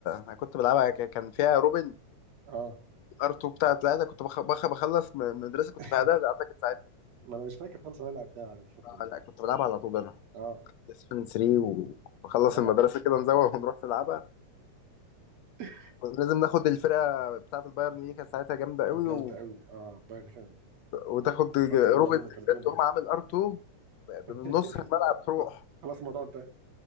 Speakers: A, on the left; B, on the right.
A: انا كنت بلعبها ك- كان فيها روبن
B: اه
A: ار 2 بتاعت لا ده كنت بخ... بخ... بخلص م- مدرسه كنت
B: <laughs>
A: في اعدادي اعتقد ساعتها
B: ما انا مش فاكر خالص إن انا لعبتها على الفتره
A: آه،
B: دي
A: لا كنت بلعبها على طول انا
B: اه
A: اسفن 3 وبخلص
B: اه
A: المدرسه كده نزوغ ونروح نلعبها
B: <laughs>
A: كنا لازم ناخد الفرقه بتاعت البايرن دي كانت ساعتها جامده
B: كانت
A: قوي
B: جامده
A: و...
B: قوي اه بايرن كانت
A: وتاخد
B: من
A: ج-
B: الفتره
A: روبن
B: دي عموما كانت
A: بالذات،
B: جامده
A: تقوم عامل ار 2
B: <laughs>
A: من نص الملعب تروح
B: طب، خلاص الموضوع انتهى